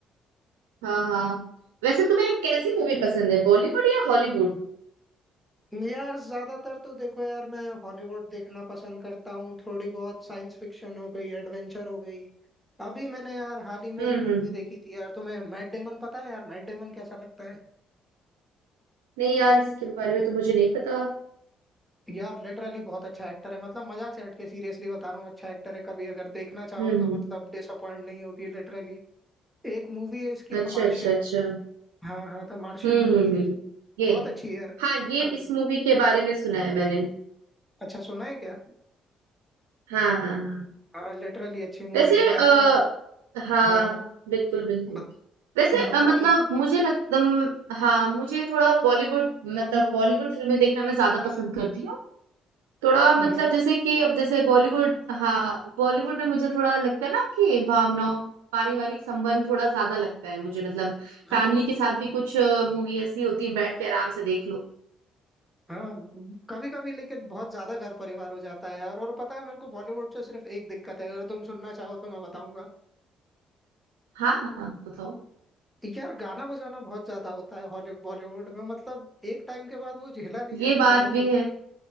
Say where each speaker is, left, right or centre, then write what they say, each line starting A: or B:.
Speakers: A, on the right; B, in the centre.
A: हाँ हाँ वैसे तुम्हें कैसी मूवी पसंद है बॉलीवुड या हॉलीवुड
B: यार ज्यादातर तो देखो यार मैं हॉलीवुड देखना पसंद करता हूँ थोड़ी बहुत साइंस फिक्शन हो गई एडवेंचर हो गई अभी मैंने यार हाल ही में
A: हम्म
B: एक
A: हम्म
B: मूवी देखी थी यार तुम्हें मैट डेमन पता है यार मैट डेमन कैसा लगता है
A: नहीं यार इसके बारे में तो मुझे नहीं पता
B: यार लिटरली बहुत अच्छा एक्टर है मतलब मजाक से हटके सीरियसली बता रहा हूँ अच्छा एक्टर है कभी अगर देखना चाहो
A: हम्म
B: तो
A: हम्म
B: मतलब डिसअपॉइंट नहीं होगी लिटरली एक मूवी है इसकी द
A: अच्छा
B: मार्शियन
A: अच्छा अच्छा
B: हाँ हाँ द मार्शियन
A: हम्म
B: मूवी
A: हम्म
B: है
A: हम्म ये
B: बहुत अच्छी है यार
A: हाँ ये
B: कभी
A: इस मूवी के बारे में सुना है मैंने
B: अच्छा सुना है क्या
A: हाँ हाँ हाँ
B: हाँ लिटरली अच्छी मूवी
A: वैसे
B: है तो इसका
A: आ, हाँ
B: हाँ हाँ
A: बिल्कुल बिल्कुल
B: बत,
A: वैसे
B: बताओ
A: अ, मतलब
B: ना
A: मुझे लगता हाँ मुझे थोड़ा बॉलीवुड मतलब बॉलीवुड फिल्में देखना मैं ज्यादा पसंद करती हूँ थोड़ा मतलब
B: यार
A: जैसे कि अब जैसे बॉलीवुड हाँ बॉलीवुड में मुझे थोड़ा लगता है ना कि भावनाओं पारिवारिक संबंध थोड़ा ज्यादा लगता है मुझे मतलब
B: हाँ
A: फैमिली के साथ भी कुछ मूवी ऐसी होती है बैठ के आराम से देख लो
B: हाँ कभी कभी लेकिन बहुत ज्यादा घर परिवार हो जाता है यार और पता है मेरे को बॉलीवुड से सिर्फ एक दिक्कत है अगर तुम सुनना चाहो तो मैं बताऊंगा
A: हाँ हाँ बताओ
B: यार गाना बजाना बहुत ज्यादा होता है हॉली- बॉलीवुड में मतलब एक टाइम के बाद वो झेला नहीं जाता
A: ये बात
B: है यार
A: भी
B: तो
A: है